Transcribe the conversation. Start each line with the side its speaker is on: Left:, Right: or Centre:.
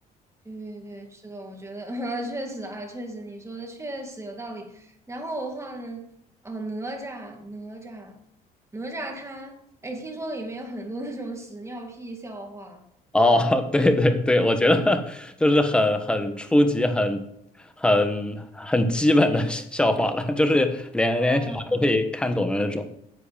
Right: 对对对，是的，我觉得 <laughs> 确实啊，确实你说的确实有道理。然后的话呢，哦，哪吒，哪吒，哪吒他，哎，听说里面有很多那种屎尿屁笑话
Centre: 哦，<laughs> 对对对，我觉得就是很很初级、很很很基本的笑话了，就是连连小孩都可以看懂的那种。
Right: 啊